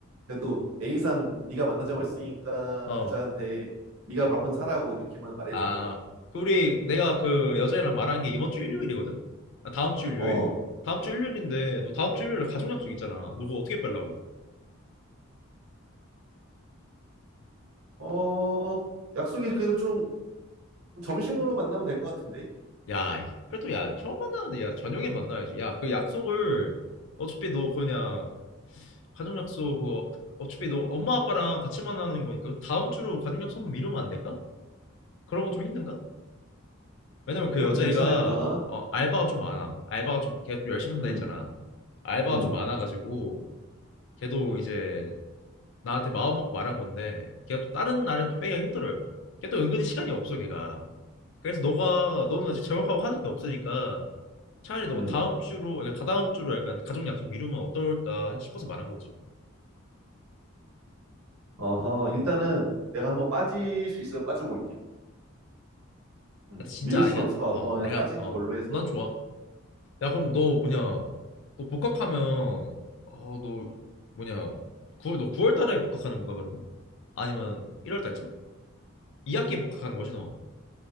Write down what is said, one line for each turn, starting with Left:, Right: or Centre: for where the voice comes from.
Right: 그래도 A상 네가 만나자고 했으니까
Left: 어.
Right: 여자한테 네가 밥은 사라고 이렇게만 말해줘.
Left: 아, 그 우리, 내가 그 여자애랑 말한 게 이번 주 일요일이거든? 아, 다음 주 일요일?
Right: 어,
Left: 다음 주 일요일인데, 너 다음 주 일요일에 가족 약속 있잖아. 너 그거 어떻게 빼려고?
Right: 어, 약속이 그래도 좀 점심으로 만나면 될 것 같은데?
Left: 야, 이- 그래도 야, 처음 만나는데, 야, 저녁엔 만나야지. 야, 그 약속을, 어차피 너 그냥, 가족 약속, 그거 어차피 너 엄마 아빠랑 같이 만나는 거니까 다음 주로 가족 약속 한번 미루면 안 될까? 그런 거 좀 힘든가? 왜냐면 그
Right: 그래도
Left: 여자애가
Right: 괜찮을까?
Left: 어, 알바가 좀 많아. 알바가 좀 걔 좀 열심히 산다
Right: 응,
Left: 했잖아. 알바가
Right: 응,
Left: 좀 많아가지고 걔도 이제 나한테 마음 먹고 말한 건데 걔가 또 다른 날은 또 빼기가 힘들어요. 걔 또 은근히 시간이 없어 걔가. 그래서 너가 너는 아직 재work하고 하는 게 없으니까 차라리 너가
Right: 응.
Left: 다음 주로 그러니까 다다음 주로 약간 가족 약속 미루면 어떨까 싶어서 말한 거지.
Right: 어허, 일단은 내가 한번 빠질 수 있으면 빠져볼게. 응.
Left: 근데 진짜
Right: 미룰
Left: 아니가
Right: 수는 없을 것
Left: 어
Right: 같고 그냥
Left: 내가
Right: 빠지는
Left: 어넌
Right: 걸로 해서.
Left: 좋아. 야, 그럼
Right: 응.
Left: 너 뭐냐? 너 복학하면 어, 너 뭐냐? 9월 너 9월 달에 복학하는 건가 그러면? 아니면 1월 달쯤? 2학기에 복학하는 거지 너.